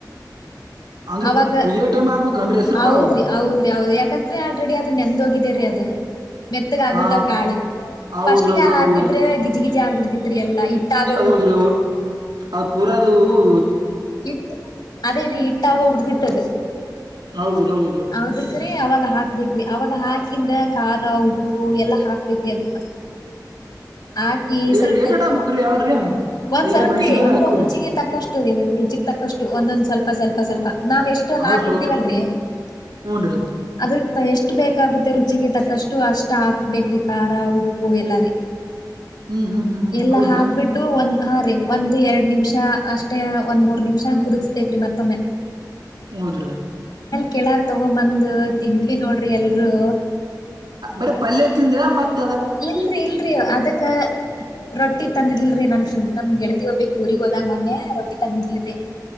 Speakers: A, on the right; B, on the left.
A: ಅಂದ್ರ
B: ಅವಾಗ
A: ಕುದಿಯ ಟೈಮ್ ಹಾಕ್ಬೇಕನ್ರಿ ಹೆಸರು
B: ಹೌದ್ರಿ
A: ಕಾಳವು
B: ಹೌದ್ರಿ ಹೌದ್ರಿ ಯಾಕಂದ್ರೆ ಆಲ್ರೆಡಿ ಅದು ನೆಂದೋಗಿದೆ -ರಿ -ಅದು. <inaudible> ಮೆತ್ತೆಗ್ ಆಗ್ಬಿಟ್ಟಾವ್
A: ಹಾ
B: ಕಾಳು
A: ಹೌದ್ರಿ
B: ಫಸ್ಟ್
A: ಹೌದ್ರಿ
B: ಹಾಕಿದ್ರೆ
A: ಅವು
B: ಗಿಜಿ ಗಿಜಿ ಆಗ್ಬಿಡ್ತಿತ್ರಿ ಎಲ್ಲಾ ಇಟ್ಟಗೋಗ್.
A: ಕುದ್ರುೌ ಅದ್ ಪೂರ ದೂವ್
B: ಹಿಟ್ ಅದೇ- ರಿ- ಹಿಟ್ಟಾಗೋಬಿಡ್ತಿತದ್.
A: ಹೌದ್ರಿ ಹೌದ್ರಿ
B: ಹೌದಕ್ಕ್ರೀ ಅವಾಗ ಹಾಕ್ಬೇಕ್ರಿ ಅವಾಗ ಹಾಕಿಂದ. ಕಾರ ಉಪ್ಪು ಎಲ್ಲಾ ಹಾಕ್ಬೇಕ್ರಿ ಅದಕ್ಕ. ಹಾಕಿ
A: ಏ
B: ಸ್ವಲ್ಪ
A: ಏಟ್ ಏಟ್
B: ತ್
A: ಹಾಕ್ಬೇಕ್ರಿ ಅಲ್ರಿ
B: ಒಂದ್
A: ಈಗ
B: ಸ್ವಲ್ಪ
A: ಮೆಣಸಿನ್ಕಾಯಿ
B: -ರೀ- ಅಂದ್ರೆ
A: ಹಾಕವ್ರಿ
B: ರುಚಿಗೆ ತಕ್ಕಷ್ಟು -ರಿ -ರುಚಿ ತಕ್, ತಕ್ಕಷ್ಟು ಒಂದೊಂದ್ ಸ್ವಲ್ಪ ಸ್ವಲ್ಪ ಸ್ವಲ್ಪ ನಾವ್ ಎಷ್ಟು
A: ಅಂದ್ರ
B: ಹಾಕಿರ್ತಿವಲ್ರಿ.
A: ಸ್ವಲ್ಪ ಸ್ವಲ್ಪ ಹೂನ್ರಿ
B: ಅದ್ರುತ್ ಎಷ್ಟು ಬೇಕಾಗುತ್ತೆ ರುಚಿಗೆ ತಕ್ಕಷ್- ಅಷ್ಟ ಅಷ್ಟ ಹಾಕ್ಬೇಕೇ್ರಿ ಖಾರ ಉಪ್ಪು ಎಲ್ಲಾರಿ
A: ಹ್ಮ್ ಹ್ಮ್ ಹ್ಮ್ ಹ್ಮ್
B: ಎಲ್ಲಾ
A: ಹೌದ್ರಿ
B: ಹಾಕ್ಬಿಟ್ಟು ಒಂದ ಹಾ -ರೀ- ಒಂದ್ ಎರಡ್ ನಿಮಿಷ ಅಷ್ಟೇ ಒಂದ್ ಮೂರ್ ನಿಮಿಷ ಕುದುಗ್ಸ್ಬೇಕ್ರಿ ಮತ್ತೊಮ್ಮೆ-
A: ಹೌದ್ರಿ
B: ಕೆಳಾಕ್ ತಗೊ ಬಂದ್ ತಿಂದ್ವಿ ನೋಡ್ರಿ ಎಲ್ರುೂ
A: ಬರ ಪಲ್ಯ ತಿಂದ್ರ ಮತ್ತೆ
B: ಇಲ್ರರಿ ಇಲ್ರರಿ ಅದಕ್ಕ ರೊಟ್ಟಿ ತಂದಿದಿಲ್ರಿ ನಮ್ ಫ್ರೆಂಡ್ ನಮ್ ಗೆಳತಿ ಹೋಗ್ಬಿ ಇವಊ್ರರಿಗೆ ಹೋದಾಗ ಮೊನ್ನೆ ರೊಟ್ಟಿ ತಂದಿರ್ಲಿದೆ.